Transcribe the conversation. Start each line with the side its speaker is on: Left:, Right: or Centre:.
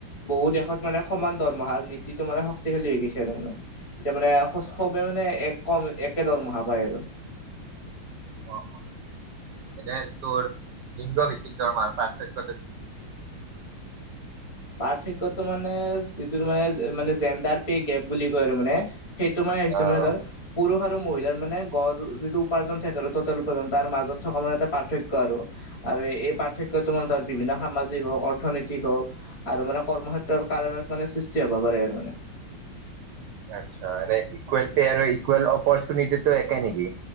Left: বহু দেশত মানে সমান দৰমহাৰ নীতিটো মানে শক্তিশালী হৈ গৈছে আৰু মানে। এতিয়া মানে সবে মানে কম একে দৰমহা পায় আৰু।
Right: অহ - অহ এনে তোৰ লিংগ ভিত্তিক দৰমহাৰ পাৰ্থক্যটো
Left: পাৰ্থক্যটো মানে যিটো মে মানে ট্ৰেণ্ডাৰ পে গেপ বুলি কৈ আৰু মানে সেইটো মানে হৈছে
Right: অ',
Left: মানে ধৰ পুৰুষত ত মহিলাৰ মানে গড়ৰ যিটো উপাৰ্জন থাকে তলতত তে উপাজন্তাৰ তাৰ মাজত থকা মানে এটা পাৰ্থক্য আৰু আৰু এই পাৰ্থক্য টো মানে ধৰ বিভিন্ন সামাজিক হওক অৰ্থনৈতিক হওক আৰু মানে কৰ্মক্ষেত্ৰৰ কাৰণত মানে সৃষ্টি হ'ব পাৰে আৰু মানে।
Right: আচ্ছা এনেই ইকুৱেল্টি আৰু ইকুৱেল অপ্ৰচিনিতিটো একে নেকি?